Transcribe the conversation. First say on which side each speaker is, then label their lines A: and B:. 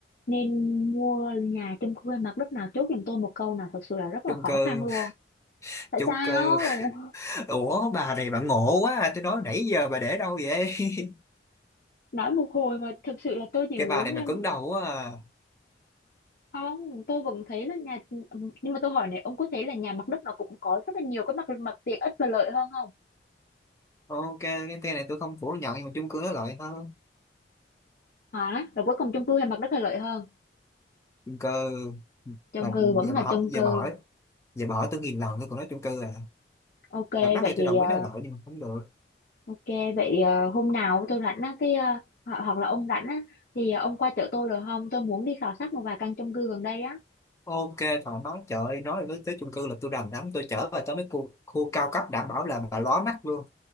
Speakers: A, on the left (about 50°); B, on the left (about 15°).
A: nên mua nhà chung cư hay mặt đất nào chốt giùm tôi một câu nào thật sự là rất là
B: chung
A: khó
B: cư
A: khăn luôn
B: <laughs>
A: tại
B: chung
A: sao
B: cư Ủa bà này bà ngộ quá à. Tôi nói nãy giờ bà để đâu vậy <laughs>
A: nói một hồi mà thực sự là tôi chỉ
B: Cái
A: muốn
B: bà này
A: em
B: bà cứng đầu quá à
A: không tôi vẫn thấy là nhà nhưng mà tôi hỏi này ông có thấy là nhà mặt đất nó cũng có rất là nhiều cái mặt mặt tiện ích và lợi hơn không
B: Ok cái tên này tôi không phủ nhận Nhưng mà chung cư nó lợi hơn
A: hả rồi cuối cùng chung cư hay mặt đất là lợi hơn
B: Chung cư
A: chung
B: bà,
A: cư vẫn
B: giờ
A: là
B: bà hỏi
A: chung
B: Giờ
A: cư
B: bà hỏi Giờ bà hỏi tôi nghìn lần tôi còn nói chung cư à
A: ok
B: Mặt đất
A: vậy
B: thì
A: thì
B: tôi đồng
A: ờ,
B: ý nó lợi nhưng mà không được
A: Ok, vậy ờ, hôm nào tôi rảnh á, cái ờ, ho- hoặc là ông rảnh á, thì ờ, ông qua chợ tôi được không? Tôi muốn đi khảo sát một vài căn chung cư gần đây á.
B: Ok thoải mái trời ơi Nói đến tới chung cư là tôi đành lắm Tôi chở bà tới mấy khu, khu cao cấp đảm bảo là bà lóa mắt luôn